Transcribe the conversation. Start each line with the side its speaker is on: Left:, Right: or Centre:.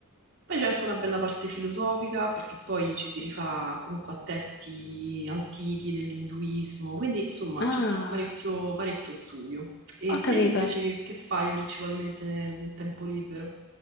Right: Poi c'è anche una bella parte filosofica, perché poi ci si rifà comunque a testi antichi dell'induismo, quindi insomma
Left: Ah,
Right: ci sta parecchio, parecchio studio. E
Left: ho capito.
Right: te invece che, che fai principalmente nel tempo libero?